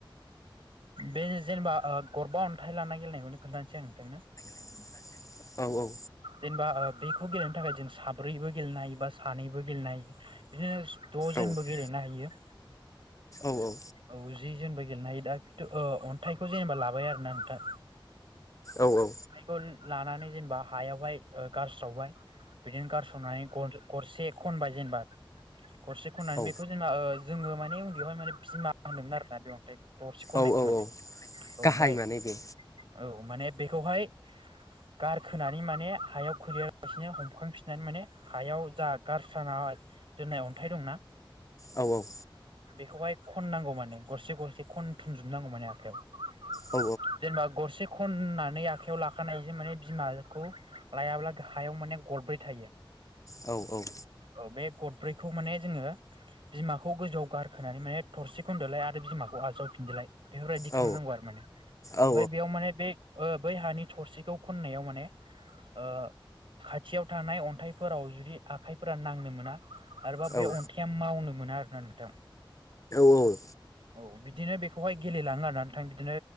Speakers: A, on the right; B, on the left.
A: बे जेनेबा ओ गरबा अन्थाइ लाना गेलेनायखौनो खोन्थानोसै आं नोंथांनो
B: <unintelligible> औ
A: जेनेबा ओ बेखौ गेलेनो थाखाय जों सा ब्रैबो गेलेनो हायो बा सानैबो गेलेनो हायो बिदिनो द'जोनबो
B: औ
A: गेलेनो हायो
B: औ औ
A: औ जि जोनबो गेलेनो हायो दा खिथु ओ अन्थाइखौ जेनेबा लाबाय आरोना नोंथां
B: औ औ
A: खौ लानानै जेनेबा हायावहाय ओ गारस्रावबाय बिदिनो गारस्रावनानै गन गरसे खनबाय जेनेबा गरसे खननानै
B: औ
A: बेखौ जेनबा ओ जोङो माने उन्दैयावहाय माने बिमा होनोमोन आरोना बे अन्थाइ दरसे खननायखौ
B: औ औ
A: माने
B: औ
A: औ
B: गाहाय
A: ओमफ्राय
B: माने बे
A: औ माने बेखौहाय गारखोनानै माने हायाव खोलैयालासिनो हमखांफिननानै माने हायाव जा गारसानाय दोननाय अन्थाइ दंना
B: औ औ
A: बेखौहाय खननांगौ माने गरसे गरसे खनथुमजोबनांगौ माने आखाइयाव
B: औ
A: जेनबा गरसे खननानै आखायाव लाखानायजों माने बिमाखौ लायाब्ला हायाव माने गरब्रै थायो
B: औ औ
A: औ बे गदब्रैखौ माने जोङो बिमाखौ गोजौआव गारखोनानै माने थरसे खनदोलाय आरो बिमाखौ आजावफिनदोलाय बेफोरबायदि खालामनांगौ
B: औ
A: आरो माने
B: औ
A: ओमफ्राय बेयाव माने बे ओ बै हानि थरसिखौ खननायाव माने ओ खाथियाव थानाय अन्थाइ फोराव जुदि आखाइफोरा नांनो मोना आरोबा बे
B: औ
A: अन्थाइया मावनो मोना आरोना नोंथां
B: औ
A: औ बिदिनो बेखौहाय गेलेलाङो आरोना नोंथां बिदिनो